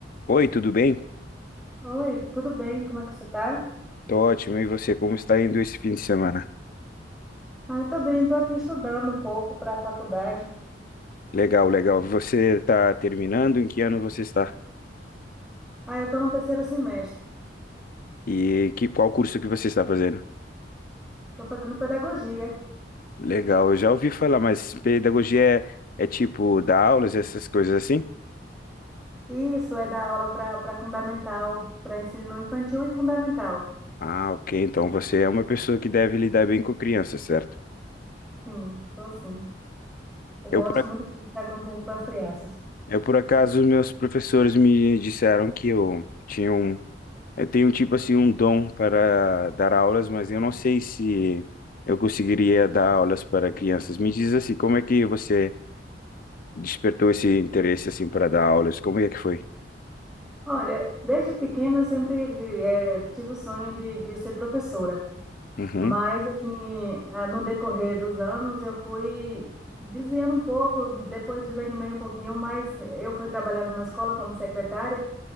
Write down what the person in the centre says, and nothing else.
Oi, tudo bem? Como é que você tá?
Ah, tô bem, tô aqui estudando um pouco para a faculdade.
Ah, eu tô no terceiro semestre.
Tô fazendo pedagogia.
Isso é dar aula para para fundamental, para ensino infantil e fundamental.
Sim, tô sim. Eu
gosto
muito de estar com, com as crianças.
Olha, desde pequena eu sempre eh, tive o sonho de, de ser professora.
Mas, assim, ah, no decorrer dos anos, eu fui desviando um pouco, depois desanimei um pouquinho, mas eu fui trabalhar numa escola como secretária,